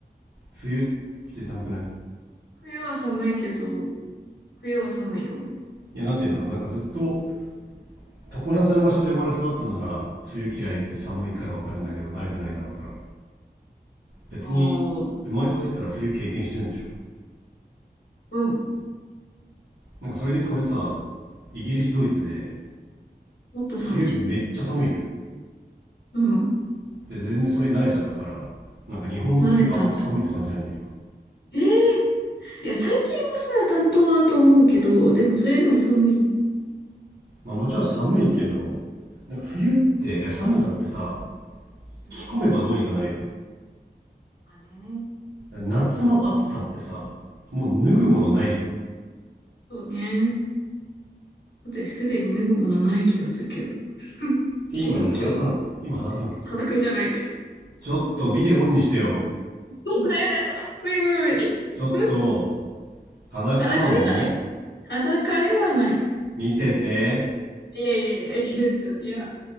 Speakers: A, on the right; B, on the left.
A: 冬、普通に寒くない
B: 冬は寒いけど、冬は寒いよ。
A: いや、なんて言うんだろう。なんかずっと、常夏の場所で生まれ育ったなら、冬嫌いって寒いからわかるんだけど、慣れてないだろうから。別に生まれた時から冬経験してるんでしょ
B: ああ、うん。
A: なんかそれで言うと俺さイギリスドイツで
B: もっと寒いじゃん。
A: 冬めっちゃ寒いのよ
B: うん。
A: で全然それに慣れちゃったからなんか日本の冬あんま寒いって感じないんだよな
B: 慣れたんだ。ええいや、最近はさ、暖冬だと思うけど、でもそれでも寒い。
A: まあもちろん寒いけどなんか冬っていや寒さってさ
B: うん。
A: 着込めばどうにかなるや
B: まあね。
A: ん夏の暑さってさもう脱ぐものないじゃん
B: そうね。だってすでに脱ぐものない気がするけど。<laughs>
A: え今何裸なの今裸なの
B: 昨日、今日。裸じゃないけど。
A: ちょっとビデオオンにしてよ
B: <laughs> もうだやだ。無理無理無理。
A: ちょっと
B: <laughs>
A: 裸なの
B: 裸ではない。裸ではない。
A: 見せて
B: いやいやいや、ちょ、ちょ、いや、